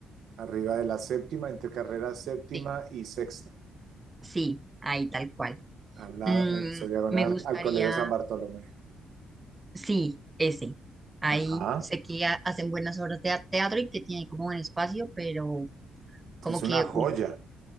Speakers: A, on the right; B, on the right.
A: arriba de la séptima, entre carrera séptima
B: Sí,
A: y sexta,
B: sí, ahí tal cual.
A: al lado
B: Mm,
A: de su diagonal
B: me gustaría,
A: al Colegio San Bartolomé.
B: sí, ese. Ahí
A: Ajá,
B: sé que ha- hacen buenas obras de teatro y que tiene como un espacio, pero como
A: es una
B: que,
A: joya,
B: ul-